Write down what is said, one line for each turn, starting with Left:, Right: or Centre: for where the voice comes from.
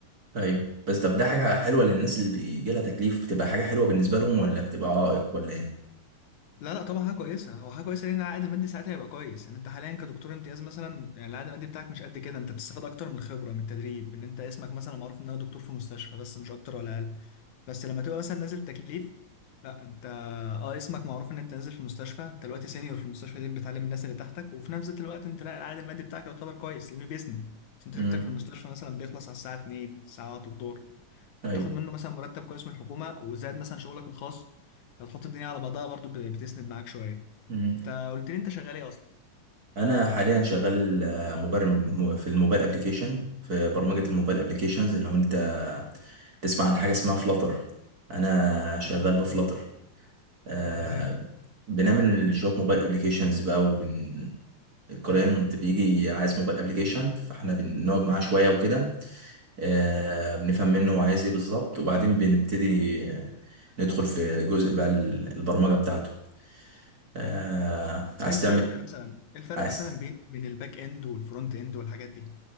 Right: ايوه بس طب ده حاجة حلوة للناس اللي بيجي لها تكليف بتبقى حاجة حلوة بالنسبة لهم ولا بتبقى عائق ولا ايه؟
Left: لا لا طبعا حاجه كويسه هو حاجه كويسه لان العائد المادي ساعتها هيبقى كويس يعني انت حاليا كدكتور امتياز مثلا يعني العائد المادي بتاعك مش قد كده انت بتستفاد اكتر من الخبره من التدريب ان انت اسمك مثلا معروف ان انا دكتور في مستشفى بس مش اكتر ولا اقل بس لما تبقى مثلا نازل تكليف لا انت اه اسمك معروف ان انت نازل في المستشفى انت دلوقتي سينيور في المستشفى دي بتعلم الناس اللي تحتك وفي نفس الوقت انت لا العائد المادي بتاعك يعتبر كويس لانه بيسند بس انت
Right: امم
Left: شفتك في المستشفى مثلا بيخلص على الساعه 2 الساعه 1 الظهر فبتاخد
Right: ايوه
Left: منه مثلا مرتب كويس من الحكومه وزائد مثلا شغلك الخاص لو تحط الدنيا على بعضها برضو ب- بتسند معاك شويه
Right: امم
Left: انت قلت لي انت شغال ايه اصلا
Right: انا حاليا شغال آه، مبرمج م- في الموبايل ابلكيشن في برمجه الموبايل ابلكيشنز لو انت تسمع عن حاجه اسمها فلاتر انا شغال
Left: فلاتر اه
Right: بفلاتر آه
Left: اه حلو
Right: بنعمل شويه موبايل ابلكيشنز بقى وبن الكلاينت بيجي عايز موبايل ابلكيشن فاحنا بنقعد معاه شويه وكده آه بنفهم منه هو عايز ايه بالظبط وبعدين بنبتدي آه، ندخل في جزء بقى ال- البرمجه بتاعته آه
Left: طب
Right: عايز
Left: ايه الفرق مثلا ايه الفرق
Right: تعمل
Left: مثلا بين بين الباك اند والفرونت اند والحاجات دي